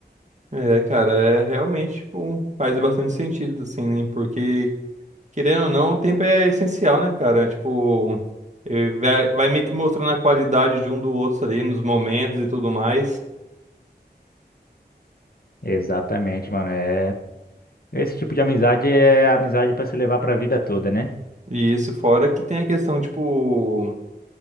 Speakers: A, on the right; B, on the left.
A: É, cara, é realmente, tipo, faz bastante sentido, assim, né? Porque, querendo ou não, o tempo é essencial, né, cara? Tipo, eh, vai, vai meio que mostrando a qualidade de um do outro ali nos momentos e tudo mais.
B: Exatamente, mano. É... Esse tipo de amizade é amizade pra se levar pra vida toda, né?
A: E isso fora que tem a questão, tipo.